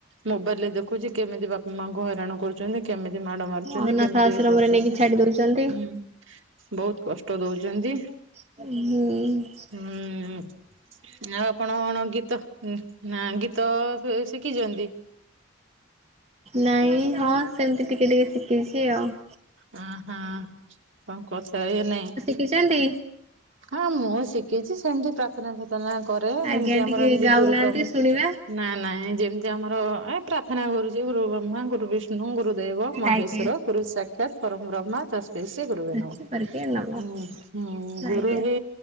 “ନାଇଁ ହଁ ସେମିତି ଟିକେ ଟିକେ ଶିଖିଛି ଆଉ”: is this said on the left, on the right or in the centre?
Right